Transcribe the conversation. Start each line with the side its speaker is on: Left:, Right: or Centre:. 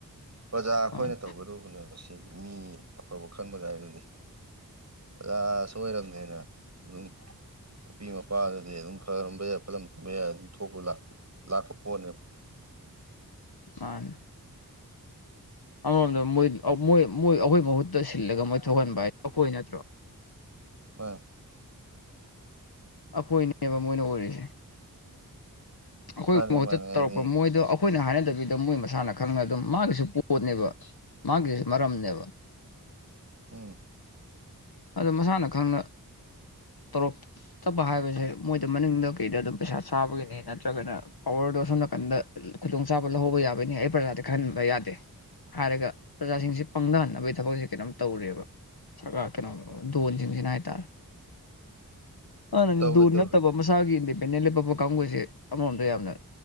Right: ꯄ꯭ꯔꯖꯥ ꯑꯩꯈꯣꯏꯅ
Left: ꯃꯥꯅꯦ
Right: ꯇꯧꯒꯗꯧꯕꯅꯦꯕ ꯁꯤꯒꯤ ꯃꯤ ꯑꯐꯕ ꯈꯟꯕꯒꯥꯏꯗꯨꯗꯤ ꯑꯣꯖꯥꯁꯨ ꯑꯣꯏꯔꯝꯅꯦꯅ ꯑꯗꯨꯝ ꯃꯄꯤ ꯃꯄꯥꯗꯨꯗꯤ ꯑꯗꯨꯝ ꯐꯔꯝꯕ ꯌꯥꯏ ꯐꯠꯂꯝꯗꯕ ꯌꯥꯢ ꯑꯗꯨꯝ ꯊꯣꯛꯄꯥꯛ ꯂꯥꯛꯄ ꯄꯣꯠꯅꯦꯕ
Left: ꯃꯥꯅꯤ꯫ ꯑꯃꯔꯣꯝꯗ ꯃꯣꯏ ꯃꯣꯏ ꯃꯣꯏ ꯑꯩꯈꯣꯏ ꯃꯍꯨꯠꯇ ꯁꯤꯜꯂꯒ ꯃꯣꯏ ꯊꯣꯛꯍꯟꯕ ꯍꯥꯏ ꯑꯩꯈꯣꯏ ꯅꯠꯇ꯭ꯔꯣ
Right: ꯃꯥꯅꯤ꯫
Left: ꯑꯩꯈꯣꯏꯅꯦꯕ ꯃꯣꯏꯅ ꯑꯣꯏꯔꯤꯁꯦ꯫ ꯑꯩꯈꯣꯏꯒꯤ
Right: ꯃꯥꯅꯦ
Left: ꯃꯍꯨꯠꯇ
Right: ꯃꯥꯅꯦ ꯍꯥꯏꯗꯤ
Left: ꯇꯧꯔꯛꯄ ꯃꯣꯏꯗ ꯈꯣꯏꯅ ꯍꯥꯏꯅꯗꯕꯤꯗ ꯃꯣꯏ ꯃꯁꯥꯅ ꯈꯪꯅ ꯑꯗꯨꯝ ꯃꯥꯒꯁꯨ ꯄꯣꯠꯅꯦꯕ ꯃꯥꯒꯤ ꯃꯔꯝꯅꯦꯕ
Right: ꯎꯝ
Left: ꯑꯗꯣ ꯃꯁꯥꯅ ꯈꯪꯅ ꯇꯧꯔꯛ ꯐꯠꯇꯕ ꯍꯥꯏꯕꯖꯦ ꯃꯣꯏꯗ ꯃꯅꯤꯡꯗ ꯀꯩꯗ ꯑꯗꯨꯝ ꯄꯩꯁꯥ ꯆꯥꯕꯒꯤꯅꯤ ꯅꯠꯇ꯭ꯔꯒꯅ ꯄꯋꯥꯔꯗꯣ ꯑꯁꯣꯝ ꯅꯥꯀꯟꯗ ꯈꯨꯗꯣꯡꯆꯥꯥꯕ ꯂꯧꯍꯧꯕ ꯌꯥꯕꯩꯅꯤ ꯑꯩ ꯄ꯭ꯔꯖꯥꯗ ꯈꯟꯍꯟꯕ ꯌꯥꯗꯦ꯫ ꯍꯥꯏꯔꯒ ꯄ꯭ꯔꯖꯥꯁꯤꯡꯁꯦ ꯄꯪꯗꯍꯟꯅꯕꯒꯤ ꯊꯕꯛꯁꯦ ꯀꯩꯅꯣꯝ ꯇꯧꯔꯤꯑꯦꯕ꯫ ꯁꯒ ꯀꯩꯅꯣ ꯗꯣꯟꯁꯤꯡꯁꯤꯅ ꯍꯥꯏꯇꯥꯔꯦ꯫ ꯑꯥꯟꯅ
Right: ꯇꯧꯋꯦ
Left: ꯗꯣꯟ
Right: ꯇꯧꯋꯦ
Left: ꯅꯠꯇꯕ ꯃꯁꯥꯒꯤ ꯏꯟꯗꯤꯄꯦꯟꯗꯦꯟ ꯂꯩ ꯄꯛꯄ ꯀꯥꯡꯕꯨꯁꯦ ꯑꯃꯔꯣꯝꯗ ꯌꯥꯝꯅ